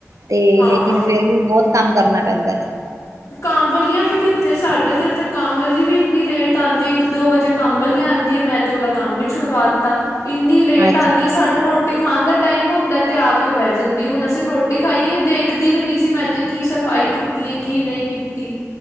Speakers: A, on the right; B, on the left.
A: ਤੇ ਲੇਕਿਨ
B: ਹਾਂ
A: ਫੇਰ ਵੀ ਬਹੁਤ ਕੰਮ ਕਰਨਾ ਪੈਂਦੈ
B: ਕਾਂਵਲੀਆਂ ਵੀ ਕਿੱਥੇ ਸਾਡੇ ਤੇ ਇੱਥੇ ਕੰਮ ਵਾਲੀ ਵੀ ਇੰਨੀ ਲੇਟ ਆਉਂਦੀ ਇੱਕ ਦੋ ਵਜੇ ਕੰਮ ਵਾਲੀ ਆਉਂਦੀਏ ਮੈਂ ਤੇ ਉਹਦਾ ਕੰਮ ਵੀ ਛੁਡਵਾ ਦਿੱਤਾ ਇੰਨੀ ਲੇਟ
A: ਅੱਜ
B: ਆਉਂਦੀ ਹੈ ਸਾਡੇ ਰੋਟੀ ਤੇ ਖਾਣ ਦਾ ਟਾਈਮ ਹੁੰਦਾ ਤੇ ਆ ਕੇ ਬਹਿ ਜਾਂਦੀ, ਹੁਣ ਅਸੀਂ ਰੋਟੀ ਖਾਈਏ ਦੇਖਦੀ ਵੀ ਨਹੀਂ ਸੀ, ਮੈਂ ਤੇ ਕੀ ਸਫ਼ਾਈ ਕੀਤੀ ਹੈ। ਕੀ ਨਹੀਂ ਕੀਤੀ।